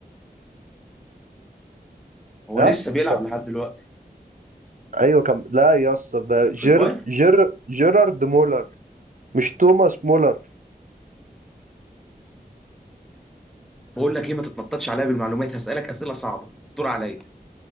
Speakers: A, in the centre; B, on the right.
A: هو
B: ها
A: لسه بيلعب
B: كان...
A: لحد دلوقتي
B: ايوه كان لا يا اسطى ده جير
A: في البايرن
B: جير جيرارد مولر مش توماس مولر
A: بقول لك ايه ما تتنططش عليا بالمعلومات هسألك أسئلة صعبة دور عليا